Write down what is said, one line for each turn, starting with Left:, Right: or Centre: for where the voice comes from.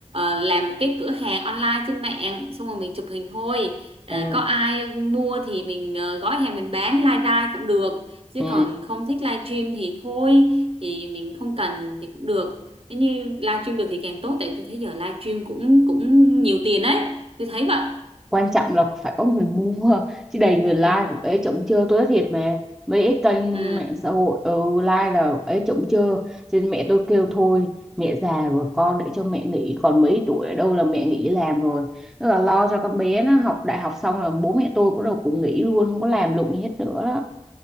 Right: ờ, làm một cái cửa hàng online trên mạng xong rồi mình chụp hình thôi Ờ,
Centre: ừ.
Right: có ai mua thì mình ờ, gói hàng mình bán live ra cũng được chứ
Centre: Ừ.
Right: còn không thích live stream thì thôi thì mình không cần thì cũng được nếu như live stream được thì càng tốt tại tôi thấy giờ live stream cũng cũng nhiều tiền đấy tôi thấy vậy
Centre: quan trọng là phải có người mua chứ đầy người like
Right: ừ.
Centre: cũng ế chổng chơ tôi nói thiệt mà mấy cái kênh
Right: Ừ.
Centre: mạng xã hội ừ, like là ế chổng chơ cho nên mẹ tôi kêu thôi mẹ già rồi con để cho mẹ nghỉ còn mấy tuổi ở đâu là mẹ nghỉ làm rồi tức là lo cho con bé nó học đại học xong là bố mẹ tôi có đầu cũng nghỉ luôn không có làm lụng gì hết nữa đó